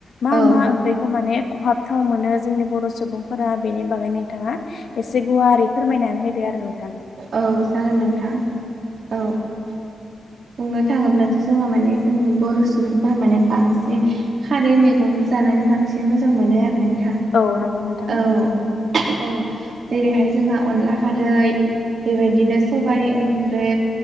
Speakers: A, on the left; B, on the right.
A: मा
B: औ
A: मा ओंख्रिखौ माने खहाबथाव मोनो जोंनि बर' सुबुंफोरा बेनि बागै नोंथाङा एसे गुवारै फोरमायनानै होदो आरो। नोंथां
B: औ जागोन नोंथां औ। बुंनो थाङोब्लाथ' जोंहा माने जों बर' सुबुंफोरा माने बांसिन खारै मैगंखौ जानानै बांसिन मोजां मोनो आरो नोंथां।
A: औ नंगौ नोंथां।
B: औ औ जेरैहाय जोंहा अनला खारै बेबायदिनो सबाय ओंख्रौ